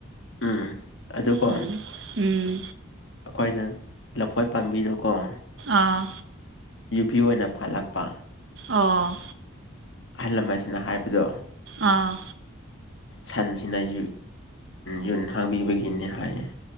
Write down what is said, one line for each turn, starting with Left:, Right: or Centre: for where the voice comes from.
Left: ꯎꯝ ꯑꯗꯨꯀꯣ
Right: ꯎꯝ ꯎꯝ
Left: ꯑꯩꯈꯣꯏꯗ ꯂꯐꯣꯏ ꯄꯥꯝꯕꯤꯗꯨꯀꯣ
Right: ꯑꯥ
Left: ꯌꯨꯕꯤ ꯑꯣꯏꯅ ꯄꯥꯜꯂꯛꯄ
Right: ꯑꯣ
Left: ꯑꯍꯜ ꯂꯃꯟ ꯑꯁꯤꯅ ꯍꯥꯏꯕꯗꯣ
Right: ꯑꯥ
Left: ꯁꯟꯁꯤꯅꯟ ꯌꯨꯟ ꯍꯥꯡꯕꯤꯕꯒꯤꯅꯤ ꯍꯥꯏꯌꯦ